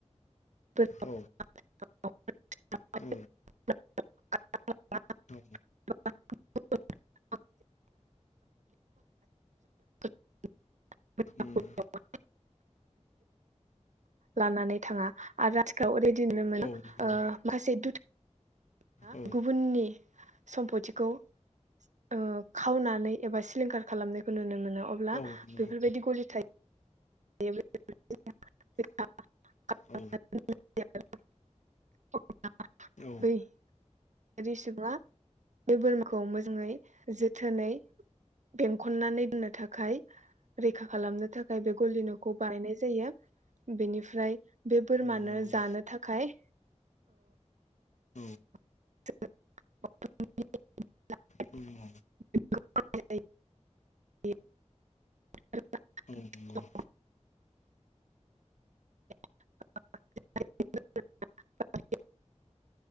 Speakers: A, on the right (about 80°); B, on the left (about 75°).
A: <inaudible>
B: औ औ औ
A: <inaudible>
B: उम
A: लानानै थाङा आरो आथिखालाव नुनो मोनो।
B: औ नंगौ
A: ओ <unintelligible>
B: औ
A: गुबुननि सम्पथिखौ ओ खावनानै एबा सिलिंखार खालामनायखौ नुनो मोनो अब्ला
B: औ
A: बेफोरबायदि
B: नंगौ
A: गलिथाय <unintelligible>
B: औ औ
A: रि सुबुङा बे बोरमाखौ मोजाङै जोथोनै बेंखननानै दोननो थाखाय रैखा खालामनो थाखाय बे गलि न'खौ बानायनाय जायो। बेनिफ्राय बे बोरमानो
B: औ नंगौ
A: जानो थाखाय
B: औ
A: <inaudible>
B: औ औ नंगौ
A: <inaudible>